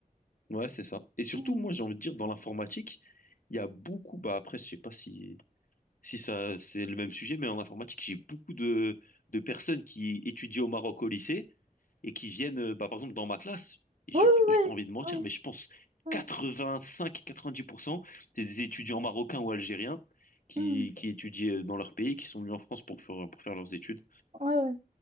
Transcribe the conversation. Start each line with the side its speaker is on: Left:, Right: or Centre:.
Left: ouais, c'est ça. Et surtout,
Right: Oui,
Left: moi, j'ai envie de dire, dans l'informatique, il y a beaucoup, bah après, je sais pas si, si ça c'est le même sujet, mais en informatique, j'ai beaucoup de, de personnes qui étudient au Maroc au lycée et qui viennent, euh, bah, par exemple, dans ma classe, et
Right: oui,
Left: j'ai
Right: oui,
Left: j'ai pas envie de mentir,
Right: oui, oui.
Left: mais je pense
Right: Ouais,
Left: 85-90%,
Right: ouais. ouais.
Left: c'est des étudiants marocains ou algériens qui,
Right: Hmm,
Left: qui étudient euh, dans leur pays, qui sont venus en France pour faire, pour faire leurs études.
Right: ouais, ouais.